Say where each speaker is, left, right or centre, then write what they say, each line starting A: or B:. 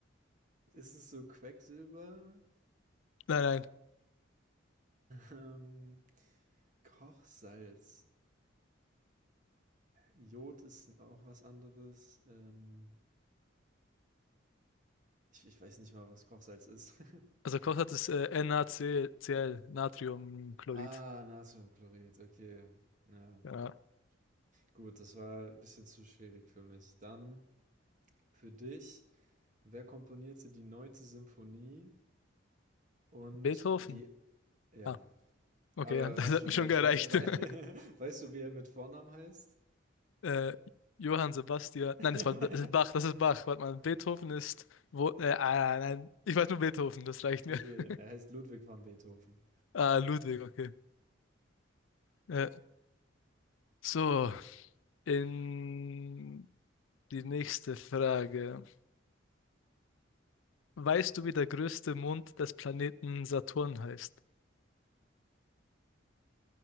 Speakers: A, on the right; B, on the left.
A: Ist es so Quecksilber?
B: Nein, nein.
A: Ähm, Kochsalz. Jod ist auch was anderes. Ähm, ich, ich weiß nicht mal, was Kochsalz ist. <laughs>
B: Also Kochsalz ist äh, NaCl, Natriumchlorid.
A: Ah, Natriumchlorid, okay. Ja,
B: Ja.
A: gut, das war ein bisschen zu schwierig für mich. Dann für dich, wer komponierte die neunte Symphonie und
B: Beethoven.
A: äh, die, ja,
B: Ah, okay,
A: aber
B: ja, <laughs> das
A: hast
B: hat
A: schon
B: mir schon
A: recht.
B: gereicht.
A: Wei wei
B: <laughs>
A: <laughs> weißt du, wie er mit Vornamen heißt?
B: äh, Johann Sebastian.
A: Okay,
B: Nein, das war das ist Bach, das ist Bach. Warte mal, Beethoven ist. Wo, äh, ah, nein, ich weiß nur Beethoven, das reicht
A: er
B: mir. <laughs>
A: heißt Ludwig van Beethoven.
B: Ah, Ludwig, okay. Äh, so, in die nächste Frage. Weißt du, wie der größte Mond des Planeten Saturn heißt?